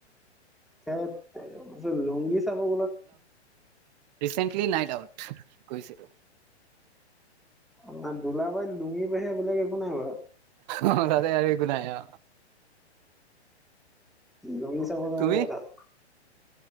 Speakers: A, in the centre; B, on the right.
A: তাকে লুংগি চাব বলক -
B: ৰিচেণ্টলি নাইট আউট গৈছিলো।
A: ন দোলাবাৰী লুঙি বাহিৰে বেলেগ একো নাই বাৰু
B: অ তাতে আৰু একে নাই অঁ।
A: লঙি চাব যাব
B: তুমি
A: লাগিব তাত।